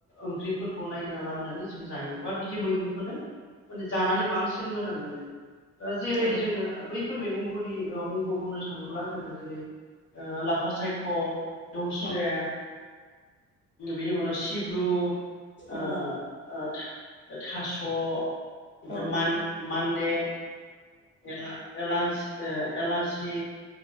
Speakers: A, on the left; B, on the left.
A: ओंख्रिफोरखौ नायगिरना लाबोनानै जों जायो बा बिदि मैगंखौनो जानानै बांसिन मोजां मोनो दा जेरै
B: औ
A: जोङो बैफोर मैगंफोरनि मुंखौ बुंनो थाङोब्ला जोङो जेरै ओ लाफा सायख' दौस्रेम
B: औ
A: बिनि उनाव सिब्रु ओ
B: औ
A: ओ थाथास' ओमफ्राय
B: औ
A: मान-मानडे एला-एलांस ओ एलासि